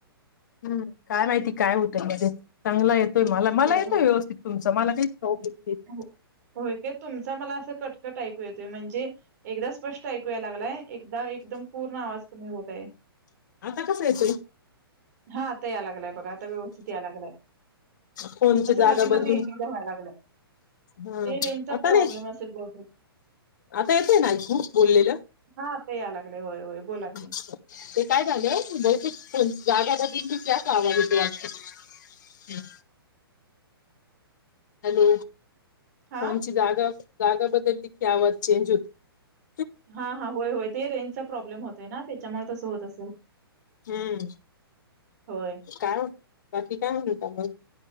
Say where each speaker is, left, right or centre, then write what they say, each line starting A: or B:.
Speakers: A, on the left (about 50°); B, on the right (about 45°).
A: हम्म काय माहिती काय होतं मधेच चांगलं ये तोय मला
B: होय
A: येतो
B: होय
A: व्यवस्थित तुम <unintelligible>
B: हो
A: <unintelligible>
B: होय तुमचा मला असं कट कट ऐकू येतोय म्हण जे एकदा स्पष्ट ऐकू याय लागलंय एकदा एकदम पूर्ण आवाज कमी होत आहे.
A: आता कसा येतोय
B: हां आता याय लागलाय बघा आता व्यवस्थित याय लागलाय.
A: फोनची
B: असं
A: जागा
B: मधी मधी
A: बदलून
B: एक एकदा व्हायला लागलाय.
A: हा
B: ते रेंजचा
A: आता
B: प्रॉब्लेम
A: नाही
B: असेल बहुतेक.
A: आता येतोय ना ऐकू बोललेलं?
B: हा आता याय लागलय होय होय बोला
A: अच्छा.
B: की.
A: काय झालंय बहुतेक फोनची जागा बदलली की असा आवाज येतोय वाटतं. हॅलो?
B: हा
A: फोनची जागा जागा बदलली की आवज चेंज हो
B: हा हा होय होय, ते रेंजचा प्रॉब्लेम होतय ना, त्याच्यामुळे तसं होत असेल.
A: हम्म
B: होय
A: काय म बाकी, काय म्हणतात आपण?